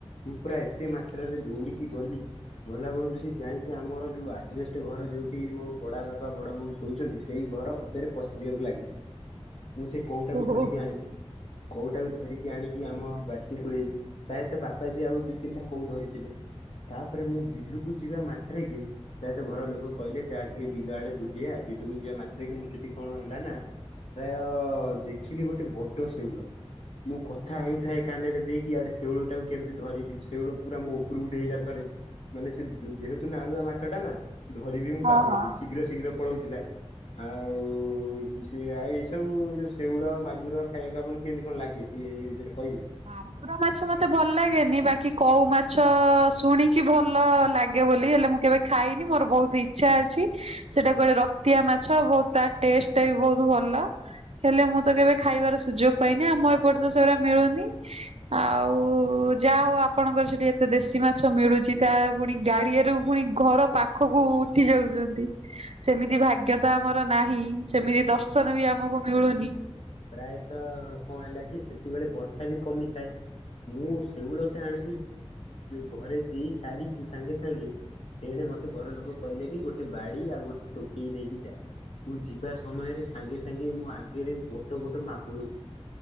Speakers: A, on the left; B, on the right.
A: ମୁଁ ପୁରା ଏତେ ମାତ୍ରାରେ ଦୌଡିକି ଗଲି ଗୋଲାବେଳୁକୁ ସେ ଯାଇଁକି ଆମର ଯଉଁ ଆଜବେଷ୍ଟ ଘର ଯୋଉଠି ମୋ ବଡ ବାପା ବଡ଼ ବୋଉ ଶୋଉଛନ୍ତି, ସେଇ ଘର ରେ ପଶିଯିବାକୁ ଲାଗିଥିଲା। ମୁଁ ସେଇ କୋଉଟାକୁ
B: ଓହୋ
A: ଧରିକି ଆଇଁଲି। କଉଟାକୁ ଧରିକି ଆଣିକି, ଆମ ବାଲ୍ଟିରେ ପୁରେଇଲି। ପ୍ରାୟତଃ ବାପା ବି ଆଉ ଦୁଇ ତିନିଟା କୋଉ ଧରିଥିଲେ। ତା'ପରେ ମୁଁ ବିଲୁକୁ ଯିବା ମାତ୍ରେ କେ ପ୍ରାୟତଃ ଘର ଲୋକ କହିଲେ, ଯା ଟିକେ ବିଲ ଆଡେ ବୁଲିଆ। ବିଲୁକୁ ଯିବା ମାତ୍ରେ କେ, ମୁଁ ସେଠି କଣ ହେଲା ନା ପ୍ରାୟ-ଅ ଦେଖିଲି ଗୋଟେ ବଡ ଶେଉଳ! ମୁଁ କଥା ହେଉଥାଏ କାନରେ ଦେଇକି, ଇଆଡେ ଶେଉଳ ଟାକୁ କେମିତି ଧରିବି! ଶେଉଳ ପୁରା ମୋ ଉପରକୁ ଡେଇଁଲା ଥରେ। ମାନେ ସେ ଯେହେତୁ ନାଳୁଆ ମାଛ ଟା ନା, ଧରିବି ମୁଁ
B: ହଁ
A: ପାରୁନଥିଲି
B: ହଁ।
A: ଶୀଘ୍ର ଶୀଘ୍ର ପଳଉଥିଲା। ଆଉ-ଉ ସିଆ, ଏଇ ସବୁ ଯୋଉ ଶେଉଳ ମାଗୁର ଖାଇବାକୁ ଆପଣ କିଇଁତି କଣ ଲାଗେ, ଟିଏ ଏ ବିଷୟରେ କହିବେ?
B: <inaudible> ଭାକୁର ମାଛ ମତେ ଭଲ ଲାଗେନି, ବାକି କଉ ମାଛ ଶୁଣିଛି ଭଲ ଲାଗେ ବୋଲି ହେଲେ ମୁଁ କେବେ ଖାଇନି ମୋର ବହୁତ ଇଛା ଅଛି। ସେଟା କୁଆଡେ ରକ୍ତିଆ ମାଛ ବହୁତ୍ ତା ଟେଷ୍ଟଟ୍ ବି ବହୁତ ଭଲ। ହେଲେ ମୁଁ ତ କେବେ ଖାଇବାର ସୁଯୋଗ ପାଇନି ଆମ ଏପଟେ ତ ସେଗୁଡା ମିଳୁନି।
A: <inaudible>
B: ଆଉ ଯାହା ହଉ ଆପଣଙ୍କର ସେଠି ଏତେ ଦେଶୀ ମାଛ ମିଳୁଛି ତା ପୁଣି ଗାଡିଆରୁ ପୁଣି ଘର ପାଖକୁ ଉଠି ଯାଉଛନ୍ତି। ସେମିତି ଭାଗ୍ୟ ତ ଆମର ନାହିଁ ସେମିତି ଦର୍ଶନ ବି ଆମକୁ ମିଳୁନି।
A: ପ୍ରାୟତଃ କଣ ହେଲା କି ସେତିକିବେଳେ ବର୍ଷା ବି କମିଥାଏ। ମୁଁ ସେଉଳଟା ଆଣିକି ଘରେ ଦେଇ ସାରିଛି ସାଙ୍ଗେ ସାଙ୍ଗେ ଏଣେ ମତେ ଘର ଲୋକ କହିଲେ କି ଗୋଟେ ବାଡି ଆଉ ଗୋଟେ ଟୋକେଇ ନେଇକି ଯା ମୁଁ ଯିବା ସମୟରେ ସାଙ୍ଗେ ସାଙ୍ଗେ ମୋ ଆଗରେ ବୋଡ ବଡ ମାଗୁର ଯ